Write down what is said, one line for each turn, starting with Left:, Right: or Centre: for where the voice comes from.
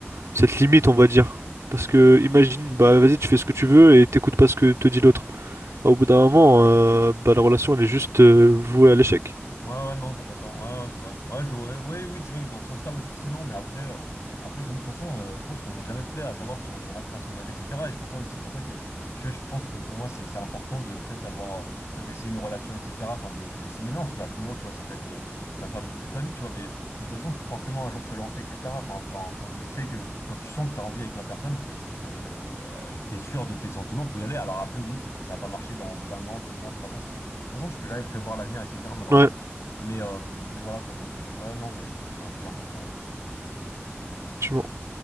Right: cette limite, on va dire. Parce que imagine, bah vas-y, tu fais ce que tu veux et t'écoutes pas ce que te dit l'autre. Bah, Au bout d'un moment, euh, bah, la relation elle est juste euh, vouée à l'échec.
Left: Ouais, ouais, non, t'as pas tort. Ouais, ouais, c'est vrai. Ouais, je le- ouais, ouais, oui, c'est vrai que dans ce sens-là, oui, forcément. Mais après, euh, après je me... de toute façon, euh, je pense qu'on n'est jamais prêt à savoir si on est vraiment prêt à s'engager, etc. Et je pense ça aussi pour ça que je, je pense que pour moi, c'est c'est important de peut-être avoir, euh, tu vois, d'essayer une relation, etc. Enfin, de essayer, non, parce qu'à tout moment, tu vois, ça peut être euh, ta femme pour toute ta vie, tu vois. Mais faut, de toute façon, faut forcément un jour se lancer, etc. Enfin, enfin, quand tu sais que, quand tu sens que t'as envie avec la personne. euh, et que t'es sûr de tes sentiments, faut y aller. Alors après, oui, peut-être que ça va pas marcher dans au bout d'un an, deux ans, trois ans, ça tu. De toute façon, tu peux jamais prévoir l'avenir, etc. Malheureusement.
Right: Ouais,
Left: Mais, euh, mais voilà quoi, donc euh, ouais, non, mais c'est c'est un sujet important. ouais.
Right: tu